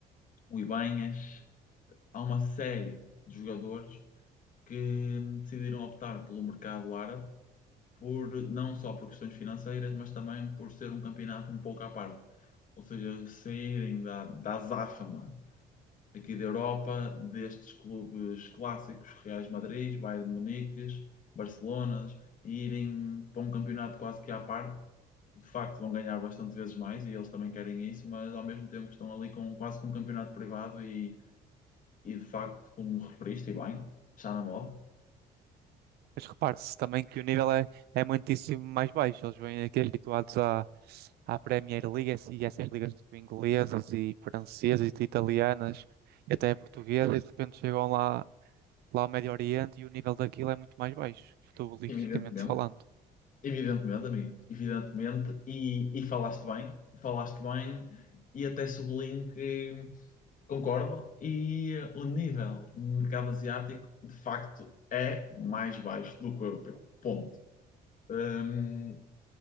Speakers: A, on the left; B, on the right.
A: o Ibanhas. Há uma série de jogadores que decidiram optar pelo mercado árabe, por, não só por questões financeiras, mas também por ser um campeonato um pouco à parte. Ou seja, saírem da, da azáfama aqui da Europa, destes clubes clássicos, Reais Madrid, Bayern de Munique, Barcelonas, e irem para um campeonato quase que à parte. De facto, vão ganhar bastante vezes mais e eles também querem isso, mas ao mesmo tempo estão ali com quase com um campeonato privado e, e de facto, como referiste, e bem, está na moda.
B: Mas repare-se também que o nível é, é muitíssimo mais baixo. Eles vêm aqui habituados à, à Premier League e essas ligas tipo, inglesas e francesas e italianas e até portuguesas e de repente chegam lá lá ao Médio Oriente e o nível daquilo é muito mais baixo, futebolisticamente
A: Evidentemente.
B: falando.
A: Evidentemente, amigo, evidentemente, e, e falaste bem, falaste bem, e até sublinho que Concordo, e eh, o nível no mercado asiático de facto é mais baixo do que o europeu. Ponto. Hum,